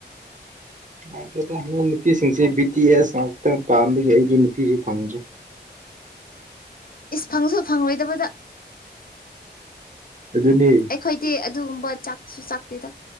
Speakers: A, on the right; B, on the left.
A: <unintelligible> ꯅꯨꯄꯤꯁꯤꯡꯁꯦ ꯕꯤ ꯇꯤ ꯑꯦꯁ ꯉꯥꯛꯇꯪ ꯄꯥꯝꯕꯒꯤ ꯑꯩꯗꯤ ꯅꯨꯄꯤꯁꯨ ꯐꯪꯗ꯭ꯔꯦ
B: ꯏꯁ ꯐꯪꯁꯨ ꯐꯪꯂꯣꯏꯗꯕꯗ
A: ꯑꯗꯨꯅꯦ
B: ꯑꯩꯈꯣꯏꯗꯤ ꯑꯗꯨꯒꯨꯝꯕ ꯆꯥꯛꯁꯨ ꯆꯥꯛꯇꯦ ꯗ